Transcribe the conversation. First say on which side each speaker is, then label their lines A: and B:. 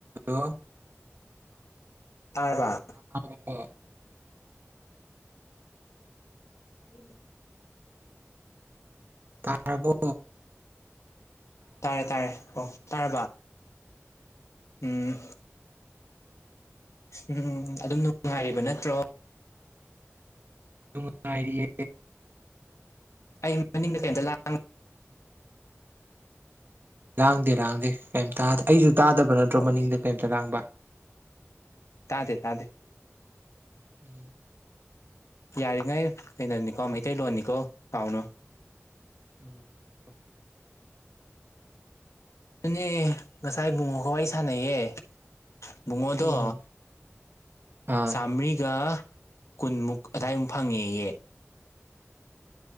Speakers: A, on the right; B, on the left.
A: ꯍꯜꯂꯣ
B: ꯇꯥꯏꯔꯕ
A: ꯑꯣꯥ
B: ꯏ ꯃꯥꯅꯤ
A: ꯇꯥꯔꯕꯣ
B: ꯇꯥꯔꯦ ꯇꯥꯔꯦ ꯑꯣ ꯇꯥꯔꯕ ꯎꯝ ꯎꯝ ꯑꯗꯨꯝ ꯅꯨꯡꯉꯥꯏꯔꯤꯕ ꯅꯠꯇ꯭ꯔꯣ
A: ꯇꯉꯏꯔꯤꯌꯦ
B: ꯑꯩ ꯃꯅꯤꯡꯗ ꯀꯩꯝꯇ ꯂꯥꯡ
A: ꯂꯥꯡꯗꯦ ꯂꯥꯡꯗꯦ ꯀꯩꯝꯇ ꯑꯩꯁꯨ ꯇꯥꯗꯕ ꯅꯠꯇ꯭ꯔꯣ
B: ꯑꯣꯀꯦ
A: ꯃꯅꯤꯡꯗ ꯀꯩꯝꯇ ꯂꯥꯡꯕ
B: ꯇꯥꯗꯦ ꯇꯥꯗꯦ
A: ꯎꯝ
B: ꯌꯥꯔꯤꯉꯩ ꯀꯩꯅꯣꯅꯤꯀꯣ ꯃꯩꯇꯩꯂꯣꯟꯅꯤꯀꯣ ꯀꯥꯎꯅꯨ
A: ꯎꯝ
B: ꯅꯅꯦ ꯉꯁꯥꯏ ꯨꯡꯉꯣ ꯀ ꯑꯩ ꯑꯩ ꯁꯥꯟꯩꯌꯦꯦ ꯕꯨꯡꯉꯣꯗꯣ
A: ꯎꯝ ꯑꯥ
B: ꯆꯥꯝꯃꯔꯤꯒ ꯀꯨꯟꯃꯨꯛ ꯑꯗꯥꯏꯝ ꯐꯪꯉꯦꯌꯦ